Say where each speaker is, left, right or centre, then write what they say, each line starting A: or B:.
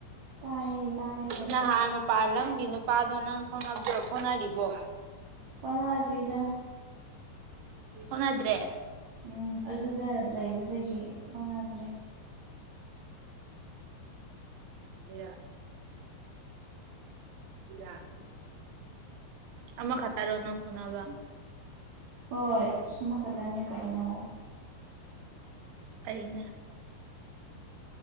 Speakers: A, on the right (about 45°); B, on the right (about 85°).
A: ꯇꯥꯏꯌꯦ ꯇꯥꯏꯌꯦ
B: ꯅꯍꯥꯟ ꯃꯄꯥꯜ ꯂꯝꯒꯤ ꯅꯨꯄꯥꯗꯣ ꯅꯪ ꯍꯣꯠꯅꯔꯤꯕꯣ
A: ꯐꯅꯔꯤꯗ
B: ꯍꯟꯗ꯭ꯔꯦ
A: ꯎꯝ ꯑꯗꯨꯅ ꯂꯩꯕꯗꯒꯤ ꯀꯧꯅꯗ꯭ꯔꯦ
B: ꯍ ꯌꯥ
A: ꯎꯝ
B: ꯑꯃꯛ ꯈꯇ ꯔꯅꯥ ꯐꯅꯥꯕ
A: ꯍꯣꯏ ꯑꯃ ꯈꯛꯇꯅꯤ ꯀꯥꯏꯅꯣ
B: ꯑꯩꯅ